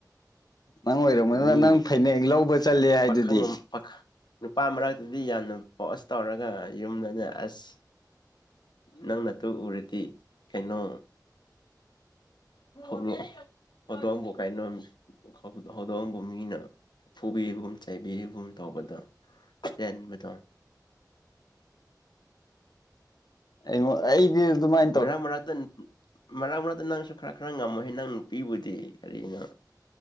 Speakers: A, on the left (about 65°); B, on the left (about 90°).
A: ꯅꯪ ꯑꯣꯏꯔꯝꯒꯅꯤ
B: ꯃꯤ
A: ꯅꯪ ꯐꯅꯦꯛ ꯂꯧꯕ ꯆꯠꯂꯦ ꯍꯥꯏꯗꯨꯗꯤ
B: ꯄꯥꯈꯪ ꯄꯥꯈꯪ ꯅꯨꯄꯥ ꯃꯔꯛꯇꯗꯤ ꯌꯥꯝꯅ ꯄꯣꯁ ꯇꯧꯔꯒ ꯌꯨꯝꯗꯅ ꯑꯁ ꯅꯪ ꯅꯥꯇꯨ ꯎꯔꯗꯤ ꯀꯩꯅꯣ ꯎꯝ <unintelligible> ꯂꯗꯣꯝꯕꯨ ꯃꯤꯅ ꯐꯨꯕꯤꯒꯨꯝ ꯆꯩꯥꯕꯤꯒꯨꯝ ꯇꯧꯕꯗꯣ ꯆꯦꯟꯕꯗꯣ
A: ꯑꯩꯉꯣꯟ ꯑꯩꯗꯤ ꯑꯗꯨꯃꯥꯏ
B: ꯃꯔꯛ ꯃꯔꯛꯇ ꯃꯔꯛ ꯃꯔꯛꯇ ꯅꯪꯁꯨ ꯈꯔ ꯈꯔ ꯉꯝꯃꯣꯍꯦ ꯅꯪ ꯅꯨꯄꯤꯕꯨꯗꯤ ꯀꯔꯤꯅꯣ